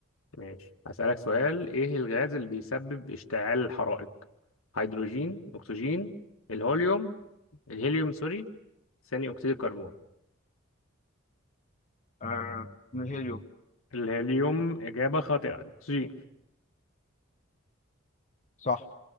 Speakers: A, on the left; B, on the left.
A: ماشي هسألك سؤال ايه الغاز اللي بيسبب اشتعال الحرائق هيدروجين اكسجين الهوليوم الهيليوم سوري ثاني اكسيد الكربون
B: آه من الهيليوم
A: الهيليوم اجابة خاطئة الاكسجين
B: صح